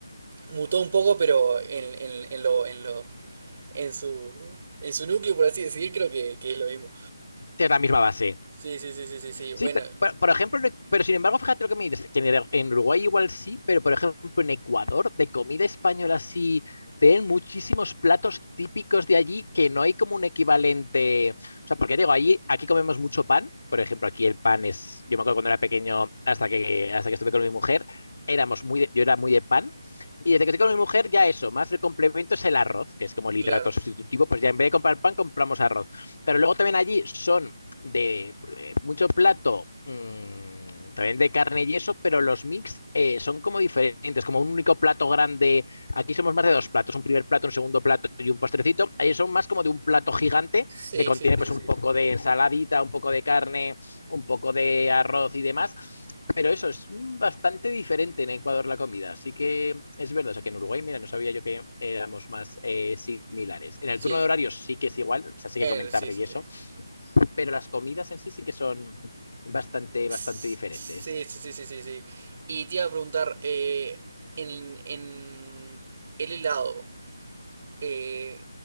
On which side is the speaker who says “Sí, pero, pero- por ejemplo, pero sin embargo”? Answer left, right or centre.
Left